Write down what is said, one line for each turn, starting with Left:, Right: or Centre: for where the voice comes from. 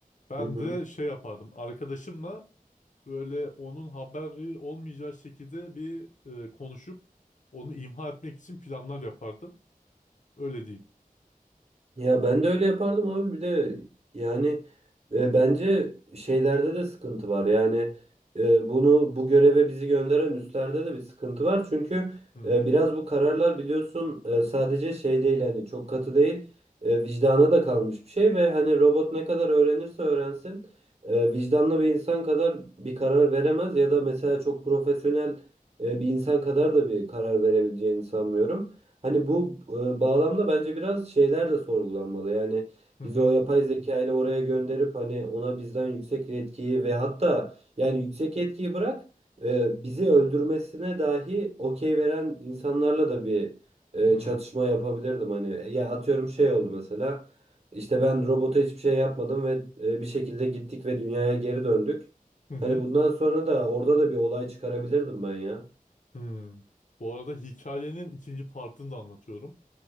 Left: ben
Right: Hı hı.
Left: de şey yapardım. Arkadaşımla böyle onun haberi olmayacağı şekilde bir e, konuşup onu imha etmek için planlar yapardım. Öyle diyeyim.
Right: Ya ben de öyle yapardım abi bir de yani e, bence şeylerde de sıkıntı var. Yani e, bunu bu göreve bizi gönderen üstlerde de bir sıkıntı var. Çünkü
Left: Hı hı
Right: e, biraz bu kararlar biliyorsun e, sadece şey değil hani çok katı değil e, vicdana da kalmış bir şey ve hani robot ne kadar öğrenirse öğrensin e, vicdanlı bir insan kadar bir karar veremez ya da mesela çok profesyonel e, bir insan kadar da bir karar verebileceğini sanmıyorum. Hani bu e, bağlamda bence biraz şeyler de sorgulanmalı. Yani
Left: hı
Right: bizi
Left: hı
Right: o yapay zeka ile oraya gönderip hani ona bizden yüksek etkiyi ve hatta yani yüksek etkiyi bırak e, bizi öldürmesine dahi okey veren insanlarla da bir e,
Left: hı
Right: çatışma yapabilirdim. Hani ya atıyorum şey oldu mesela işte ben robota hiçbir şey yapmadım ve e, bir şekilde gittik ve dünyaya geri döndük.
Left: hı hı.
Right: Hani bundan sonra da orada da bir olay çıkarabilirdim ben ya.
Left: hı. Bu arada hikayenin ikinci partını da anlatıyorum.